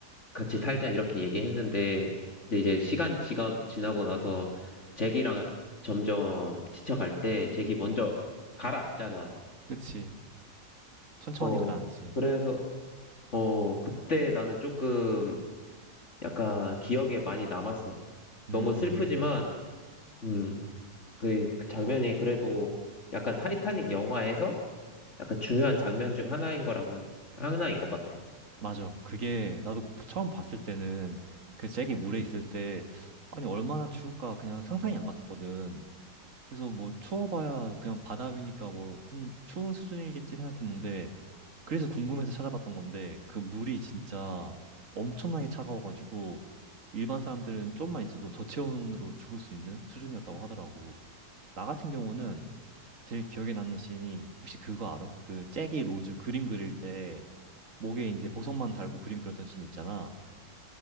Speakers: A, on the left; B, on the right.
A: 같이 살자 이렇게 얘기했는데 근데 이제 시간 지가, 지나고 나서 잭이랑 점점 지쳐갈 때 잭이 먼저 가라앉잖아.
B: 그치. 천천히
A: 어
B: 가라앉지.
A: 그래서 어 그때 나는 조금 약간 기억에 많이 남았어.
B: 음,
A: 너무 슬프지만 음그 그그 장면이 그래도 약간 타이타닉 영화에서 약간 중요한 장면 중 하나인 거라고 하나인 것 같아.
B: 맞아. 그게 나도 처음 봤을 때는 그 잭이 물에 있을 때 아니 얼마나 추울까 그냥 상상이 안 갔었거든. 그래서 뭐 추워봐야 그냥 바다 위니까 뭐 좀 추운 수준이겠지 생각했는데 그래서 궁금해서 찾아봤던 건데 그 물이 진짜 엄청나게 차가워가지고 일반 사람들은 좀만 있어도 저체온으로 죽을 수 있는 수준이었다고 하더라고. 나 같은 경우는 제일 기억에 남는 씬이 혹시 그거 알아? 그 잭이 로즈 그림 그릴 때 목에 이제 보석만 달고 그림 그렸던 씬 있잖아.